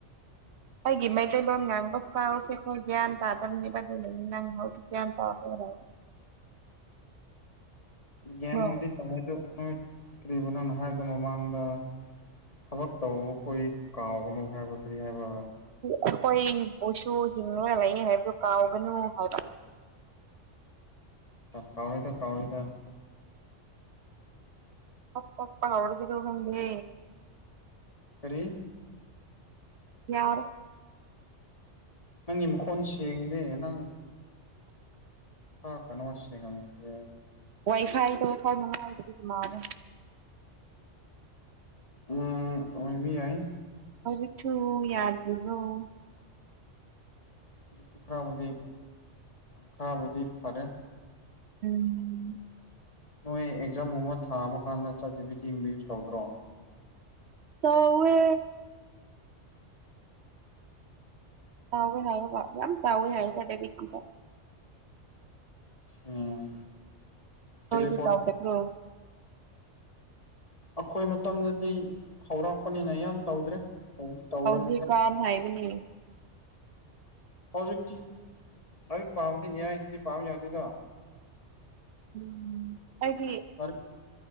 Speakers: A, on the right; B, on the left.
A: ꯑꯩꯒꯤ ꯃꯩꯇꯩꯕ ꯅꯪꯕꯦꯒ ꯒꯤꯌꯥ ꯇꯕꯅꯤꯕ ꯅꯪ ꯒꯤꯌꯥ ꯇ ꯑꯣ
B: <unintelligible> <unintelligible>
A: ꯍꯧꯖꯤꯛꯇꯤ
B: ꯋꯦꯕꯨꯗꯤ ꯇꯣꯔꯣꯗꯣ ꯅꯣꯏ ꯀꯔꯤꯕ ꯅꯪꯅꯣ ꯍꯥꯏꯗ ꯃꯃꯥꯡꯗ ꯊꯕꯛ ꯇꯧꯕꯈꯣꯏ ꯀꯥꯎꯒꯅꯨ ꯍꯥꯏꯕ ꯄꯈ꯭ꯔꯤ ꯍꯥꯏꯕ
A: ꯑꯩꯈꯣꯏꯕꯨꯁꯨ ꯍꯤꯡꯉꯒ ꯂꯩꯅꯤ ꯍꯥꯏꯕꯗꯨ ꯀꯥꯎꯒꯅꯨ ꯍꯥꯏꯕ
B: ꯀꯥꯎꯔꯤꯗ ꯀꯥꯎꯔꯤꯗ
A: ꯀꯞ ꯀꯞ ꯄꯥꯎꯔꯒꯔꯣ ꯈꯗ
B: ꯀꯔꯤ
A: ꯌꯥꯔ
B: ꯅꯪꯒꯤ ꯃꯈꯣꯟ ꯁꯦꯡꯗꯦ ꯅꯪ ꯍ ꯀꯅꯃꯁꯦꯡ ꯉꯦ
A: ꯋꯥꯏ ꯐꯥꯏꯗ ꯐꯅꯨꯡꯉꯥꯏꯗꯗꯤꯃꯦ
B: ꯎꯝ ꯑꯣꯏꯕꯤ ꯍꯥꯏ
A: ꯍꯧꯖꯤꯛꯁꯨ ꯌꯥꯗꯕꯨꯣ
B: ꯍꯧꯖꯤꯛꯇꯤ ꯈꯔꯕꯨꯗꯤ ꯈꯔꯕꯨꯗꯤ ꯐꯔꯦ
A: ꯎꯝ
B: ꯅꯣꯏ ꯑꯦꯛꯖꯥꯝꯒꯨꯝ ꯑꯃ ꯊꯥꯕ ꯀꯥꯟꯗ ꯆꯠꯇꯗꯕꯤ ꯊꯤꯡꯕꯤꯌꯨ ꯇꯧꯗ꯭ꯔꯣ
A: ꯎꯋꯦ ꯇꯥꯎ ꯍꯥꯏꯒ ꯌꯥꯝ ꯇꯥꯎ ꯍꯥꯏꯒꯗꯕꯇ
B: ꯎꯝ ꯇꯦꯂꯤꯄꯣꯔꯠ
A: ꯍꯣꯏꯗꯤ ꯇꯗꯈ꯭ꯔꯣ
B: ꯑꯩꯈꯣꯏ ꯃꯇꯝꯗꯗꯤ ꯍꯧꯔꯛꯄꯅꯤꯅ ꯌꯥꯝ ꯇꯧꯗ꯭ꯔꯦ ꯇꯧꯔꯝꯃꯦ
A: ꯍꯧꯖꯤꯛꯀꯥꯟ ꯍꯥꯏꯕꯅꯦ
B: ꯍꯧꯖꯤꯛꯇꯤ ꯍꯧꯖꯤꯛ ꯄꯥꯝꯗꯤ ꯌꯥꯌꯥꯗꯨꯗꯤ ꯄꯥꯝ ꯌꯥꯗꯦꯗ
A: ꯎꯝ ꯑꯩꯗꯤ
B: ꯂꯥꯏꯔꯤꯛ